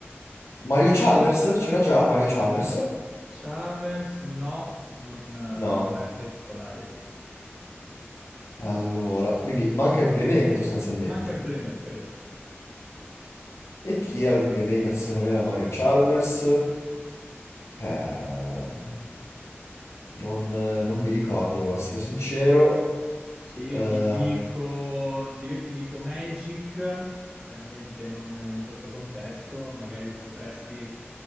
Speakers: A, on the left; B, on the right.
A: Mario Chalmers, c'era già Mario Chalmers?
B: Chalmers, no, non, eh,
A: No,
B: non è tra i titolari.
A: allora, quindi manca il playmaker sostanzialmente.
B: Manca il playmaker, esatto.
A: E chi era il playmaker se non era Mario Chalmers? Eh, non, non mi ricordo, devo essere sincero.
B: Se io
A: Eh,
B: ti dico, se io ti dico Magic, chiaramente non in questo contesto, magari potresti,